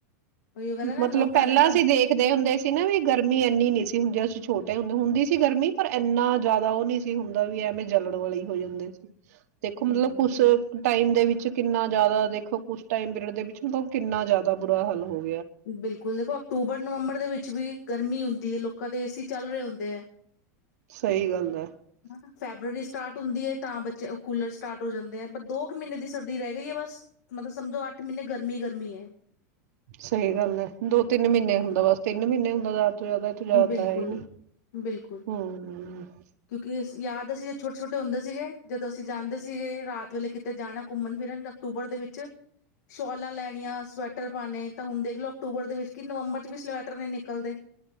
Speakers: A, on the left; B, on the right.
A: ਉਹੀਓ ਗੱਲ ਹੈ ਨਾ
B: ਮਤਲਬ
A: ਲੋਕਾਂ
B: ਪਹਿਲਾਂ
A: ਨੇ ਤਾਂ
B: ਅਸੀਂ ਦੇਖਦੇ ਹੁੰਦੇ ਸੀ ਨਾ ਵੀ ਗਰਮੀ ਇੰਨੀ ਨ ਸੀ ਹੁੰਦੀ ਅਸੀਂ ਛੋਟੀ ਹੁੰ ਹੁੰਦੀ ਸੀ ਗਰਮੀ ਪਰ ਇੰਨਾ ਜ਼ਿਆਦਾ ਉਹ ਨਹੀਂ ਸੀ ਹੁੰਦਾ ਵੀ ਐਵੇਂ ਜਲਣ ਵਾਲੇ ਹੋ ਜਾਂਦੇ ਸੀ ਦੇਖੋ ਮਤਲਬ
A: ਹਮ
B: ਕੁ ਟਾਈਮ ਦੇ ਵਿੱਚ ਕਿੰਨਾ ਜ਼ਿਆਦਾ ਦੇਖੋ ਕੁ ਟਾਈਮ ਪੀਰੀਅਡ ਦੇ ਵਿੱਚ ਮਤਲਬ ਕਿੰਨਾ ਜ਼ਿਆਦਾ ਬੁਰਾ ਹਾਲ ਹੋਵੇ
A: ਬਿਲਕੁਲ ਦੇਖੋ ਅਕਤੂਬਰ ਨਵੰਬਰ ਦੇ ਵਿੱਚ ਵੀ ਗਰਮੀ ਹੁੰਦੀ ਹੈ ਲੋਕਾਂ ਦੇ ਏਸੀ ਚੱਲ ਰਹੇ ਹੁੰਦੇ ਹੈ
B: ਸਹੀ ਗੱਲ ਹੈ
A: ਹਨਾ ਫੈਬਰਰੀ ਸਟਾਰਟ ਹੁੰਦੀ ਹੈ ਤਾਂ ਬੱਚੇ ਕੂਲਰ ਸਟਾਰਟ ਹੋ ਜਾਂਦੇ ਹੈ ਬ ਦੋ ਕੁ ਮਹੀਨੇ ਦੀ ਸਰਦੀ ਰਹਿ ਗਈ ਹੈ ਬਸ ਮਤਲਬ ਸਮਝੋ ਅੱਠ ਮਹੀਨੇ ਗਰਮੀ ਗਰਮੀ ਹੈ
B: ਸਹੀ ਗੱਲ ਹੈ ਦੋ ਤਿੰਨ ਮਹੀਨੇ
A: ਹੂੰ,
B: ਹੁੰਦਾ ਬਸ ਤਿੰਨ ਮਹੀਨੇ ਹੁੰ <unintelligible> ਜ਼ਿਆਦਾ ਇਹਥ ਜਾਦਾ
A: ਬਿਲਕੁਲ
B: ਹੈ ਹੀ ਨੀ
A: ਬਿਲਕੁਲ
B: ਹਮ
A: ਕਿਉਂਕਿ ਯਾਦ ਅਸੀ ਛੋਟੇ ਛੋਟੇ ਹੁੰਦੇ ਸੀਗੇ ਜਦੋਂ ਅਸੀਂ ਜਾਂਦੇ ਸੀਗੇ ਰਾਤ ਵੇਲੇ ਕਿਤੇ ਜਾਣਾ ਘੁੰਮਣ ਫਿਰਨ ਅਕਤੂਬਰ ਦੇ ਵਿੱਚ ਸ਼ਾਲਾਂ ਲੈਣੀਆਂ ਸਵੈਟਰ ਪਾਉਣੇ ਤਾਂ ਹੁਣ ਦੇਖ ਲਓ ਅਕਤੂਬਰ ਦੇ ਵਿੱਚ ਕਿ ਨਵੰਬਰ ਚ ਵੀ ਸਵੈਟਰ ਨਹੀਂ ਨਿਕਲਦੇ